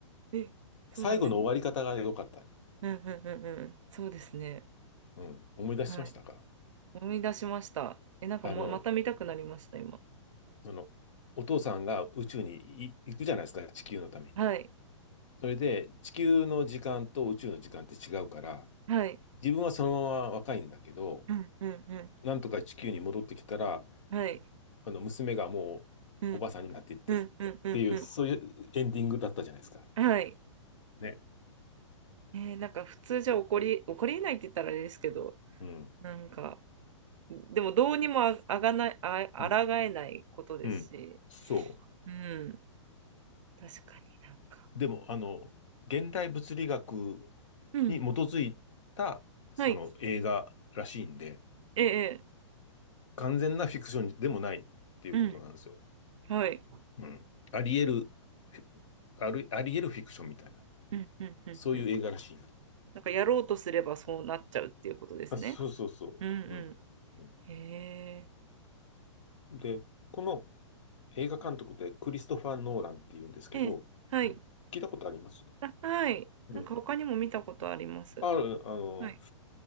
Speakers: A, on the right; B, on the left.
A: え、そうなんです。
B: 最後の終わり方が良かった。
A: うんうんうんうん。そうですね。
B: うん。思い出しましたか
A: はい。思い出しました。え、なんかもう、
B: あの、
A: また見たくなりました、今。
B: その、お父さんが宇宙にい行くじゃないですか。地球のために。
A: はい。
B: それで、地球の時間と宇宙の時間って違うから、
A: はい。
B: 自分はそのまま若いんだけど、
A: うんうんう
B: なんとか地球に戻ってきたら、
A: ん。はい。
B: あの、娘がもうおばさんになっていって、
A: うんうんうんうんう
B: っていう、そういうエンディングだったじゃないですか。
A: ん。はい。
B: ね。
A: ねえ、なんか普通じゃ起こり、起こりえないって言ったらあれですけど、
B: うん。
A: なんか、でもどうにもああがない、あ、抗えないことですし、
B: うん。うん。そう。
A: うん、確かになんか。
B: でも、あの、現代物理学
A: うん、
B: に基づいた、その映画らしいんで、
A: はい、ええ、
B: 完全なフィクションでもないっていうことなんですよ。
A: ええうん、はい、
B: うん。あり得る、ある、あり得るフィクションみたいな、
A: うん、うん、うん、
B: そういう映画らしいんで。
A: うん。なんかやろうとすればそうなっちゃうっていうことですね。
B: あ、そうそうそう。
A: うんう
B: うん。うん、
A: ん。へえ。
B: で、この映画監督でクリストファー・ノーランっていうんですけど、
A: ええ、はい。
B: うん。聞いたことあります
A: あ、はい。
B: うん。
A: なんか他にも見たことあります。
B: ある、あの、
A: はい。